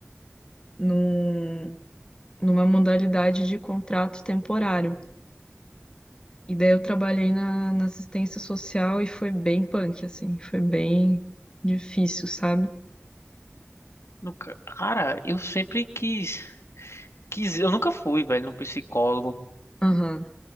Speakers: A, on the left (about 20°); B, on the left (about 85°).
A: Num, numa modalidade de contrato temporário. E daí, eu trabalhei na, na assistência social e foi bem punk, assim, foi bem difícil, sabe?
B: Nunca- cara, eu sempre quis, quis, eu nunca fui, velho, no psicólogo.
A: Aham,